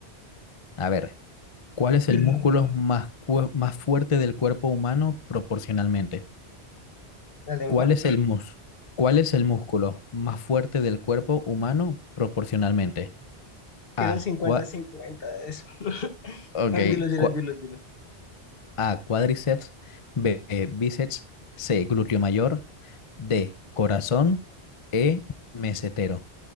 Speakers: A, on the left; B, on the left.
A: A ver, ¿cuál es
B: Brr,
A: el músculo más, cu- más fuerte del cuerpo humano proporcionalmente?
B: La lengua.
A: ¿Cuál es el mus? ¿Cuál es el músculo más fuerte del cuerpo humano proporcionalmente?
B: Quiero
A: A,
B: un cincuenta,
A: cua-
B: cincuenta de eso. <laughs>
A: ok,
B: A ver, dilo, dilo,
A: cua-
B: dilo, dilo.
A: A, cuádriceps, B, eh, bíceps, C, glúteo mayor, D, corazón, E, mesetero.